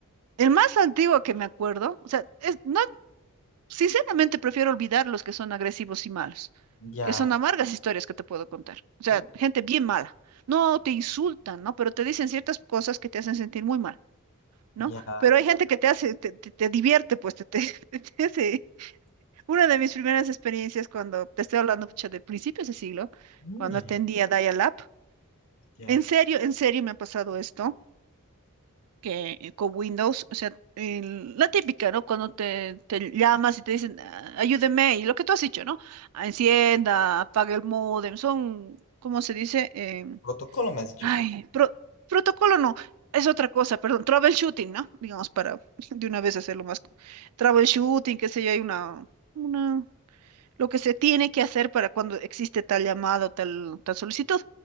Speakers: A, on the right; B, on the left.
A: el más antiguo que me acuerdo, o sea, es, no, sinceramente prefiero olvidar los que son agresivos y malos,
B: Ya,
A: que son amargas Mm. historias que te puedo contar. O sea,
B: uh,
A: gente bien mala. No te insultan, ¿no? Pero te dicen ciertas cosas que te hacen sentir muy mal, ¿no?
B: ya,
A: Pero hay gente que te hace, te, te- te divierte, pues te, te, <laughs> te te hace. Una de mis primeras experiencias cuando te estoy hablando pucha, de principios de siglo,
B: mm,
A: cuando
B: ya,
A: atendía Dial-Up,
B: ya.
A: en serio, en serio me ha pasado esto. que eh, con Windows, o sea, el- la típica, ¿no? Cuando te, te llamas y te dicen, "Ah, ayúdeme, y lo que tú has dicho, ¿no? Ah, Encienda, apague el módem, son, ¿cómo se dice? Em,
B: Protocolo me has dicho
A: ay,
B: que
A: pro- protocolo no, es otra cosa, perdón, troubleshooting, ¿no? Digamos, para <laughs> de una vez hacerlo más, co- troubleshooting, qué sé yo, hay una, una lo que se tiene que hacer para cuando existe tal llamado, tal, tal solicitud.